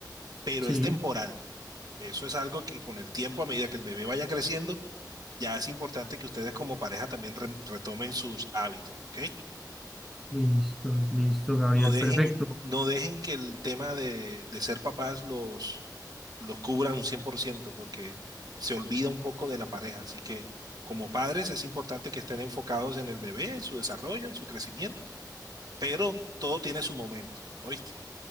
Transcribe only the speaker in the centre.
Sí,
listo, listo, Gabriel,
perfecto.